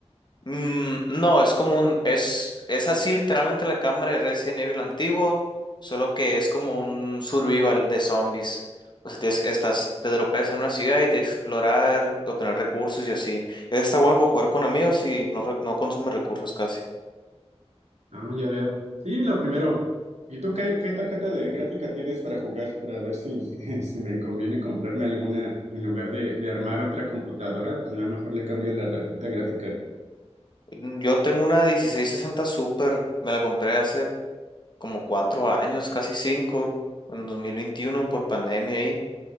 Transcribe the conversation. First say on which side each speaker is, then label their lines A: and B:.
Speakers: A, on the left; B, on the right.
A: Mm, no, es como un, es, es así literalmente la cámara del Resident Evil antiguo, solo que es como un survival de zombies. O sea, tienes- estás, te dropeas en una ciudad y tienes que explorar, obtener recursos y así. Está bueno por jugar con amigos y no, re- no consume recursos casi.
B: Ah, ya veo. Sí, lo primero. ¿Y tú qué, qué tarjeta de gráfica tienes para jugar? Para ver si, <laughs> si me conviene comprarme alguna en lugar de, de armar otra computadora. pues, A lo mejor le cambio la tarjeta gráfica.
A: Mm, Yo tengo una 1660 Super, me la compré hace como cuatro años, casi cinco, en 2021 por pandemia ahí.